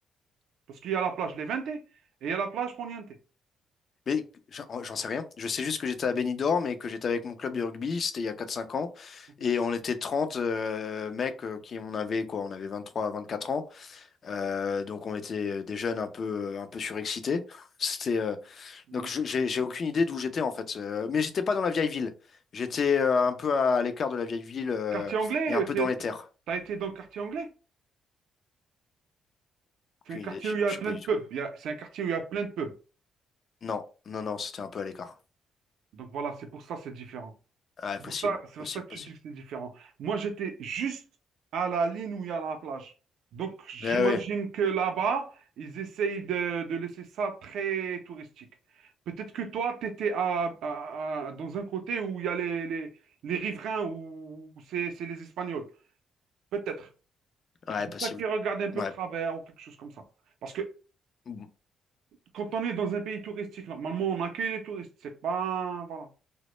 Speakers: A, on the right; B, on the left.
A: Parce qu'il y a la plage Levante et il y a la plage Poniente.
B: mais j'en j'en sais rien. Je sais juste que j'étais à Benidorm et que j'étais avec mon club de rugby. C'était il y a quatre cinq ans
A: Ok.
B: et on était 30 euh, mecs euh, qui on avait quoi, on avait vingt trois vingt quatre ans. Euh, donc on était euh, des jeunes un peu, euh, un peu surexcités. <laughs> C'était, euh,
A: Mm,
B: Donc je- j'ai j'ai aucune
A: ok.
B: idée d'où j'étais en fait. Euh, mais j'étais pas dans la vieille ville. J'étais euh, un peu à, l'écart de la vieille ville euh,
A: Quartier anglais,
B: et un
A: euh,
B: peu
A: t'es-
B: dans les
A: t'es-
B: terres.
A: t'as été dans le quartier anglais?
B: Aucune
A: C'est un quartier
B: idée.
A: où il y a
B: Je
A: plein
B: sais pas du
A: de pubs.
B: tout.
A: Il y a- C'est un quartier où il y a plein de pubs.
B: Non, non, non, c'était un peu à l'écart.
A: Donc voilà, c'est pour ça c'est différent.
B: Ouais,
A: C'est
B: possible,
A: pour ça, c'est
B: possible,
A: pour ça que
B: possible.
A: tu dis que c'est différent. Moi, j'étais juste à la ligne où il y a la plage. Donc, j'imagine
B: Mais ah ouais,
A: que là-bas, ils essayent de, de laisser ça très touristique. Peut-être que toi, tu étais à, à- à- dans un côté où il y a les, les, les riverains, où où c'est c'est les Espagnols. Peut-être.
B: ouais,
A: C'est pour
B: possible.
A: ça qu'ils regardent un peu
B: Ouais.
A: de travers ou quelque chose comme ça. Parce que
B: Mm.
A: quand on est dans un pays touristique, normalement, on accueille les touristes. C'est pas... Voilà.